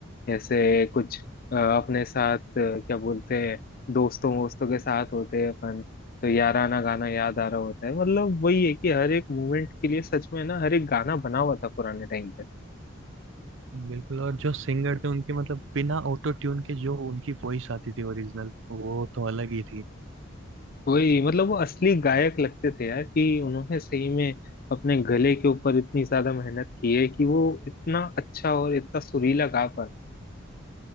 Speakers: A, on the left (about 45°); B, on the right (about 65°).
A: जैसे कुछ अ, अपने साथ अ, क्या बोलते हैं दोस्तों वोस्तों के साथ होते हैं अपन तो याराना गाना याद आ रहा होता है मतलब वही है कि हर एक मोमेंट के लिए सच में ना हर एक गाना बना हुआ था पुराने टाइम पे
B: बिल्कुल और जो सिंगर थे उनके मतलब बिना ऑटो ट्यून के जो उनकी वॉइस आती थी ओरिजिनल वो तो अलग ही थी
A: वही मतलब वो असली गायक लगते थे यार कि उन्होंने सही में अपने गले के ऊपर इतनी ज्यादा मेहनत की है कि वो इतना अच्छा और इतना सुरीला गा पाते